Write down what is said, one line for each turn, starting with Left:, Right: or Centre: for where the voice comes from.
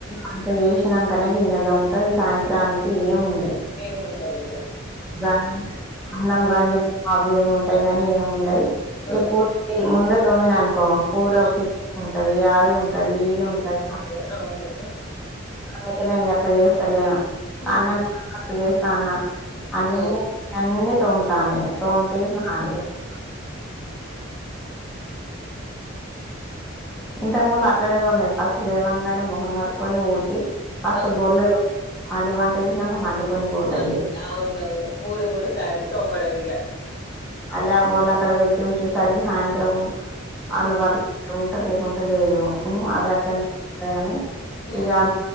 Centre: అంత చేసినంకనే గిన్నెల్ తోముత సాయంత్రానికి ఏం ఉండయి.
Left: ఏముండదు
Centre: అన్నం గంజు అవి ఇవి ఉంటాయి కగాని ఏమిండయి
Left: ఆ
Centre: ఎ కూ ముంద తోమ్మిననుకో కో కూర
Left: ఆ
Centre: కూ ఉంటది అది ఉంటది
Left: ఉండే,
Centre: ఇది ఉంటది
Left: ఉండే, అవును
Centre: అందుకే నేను అట్లా చేస్తాలేను
Left: హ్మ్
Centre: అన్నం అట్ చేస్తా అన్న అన్ని
Left: ఆ
Centre: ఇగ అన్ని తోముతాను ఇగ తోమి స్నానం చేస్తాను
Left: ఉమ్
Centre: ఇంతకు ముందు అట్లనే తొమేదీ ఫస్ట్ లేవంగనే ముఖం కట్టుకొని ఊడ్చు ఫస్ట్
Left: అవును
Centre: బోర్లే మళ్ళీ వంట చేసినాక మళ్ళీ కొన్ని బోర్లు
Left: అవును
Centre: అయ్యేటివి.
Left: అవునవును మూడు మూడు సార్లు తోమడం ఇగ
Centre: మళ్ళ ఆ బోలు అక్కడ పెట్టి ఉంచేసరికి సాయంత్రం
Left: హ్మ్
Centre: అందుబాటులో అ లేకుంటడా లేదు ఉ
Left: హ్మ్
Centre: అవట్నే ఉంటాయని
Left: హ్మ్
Centre: ఇగ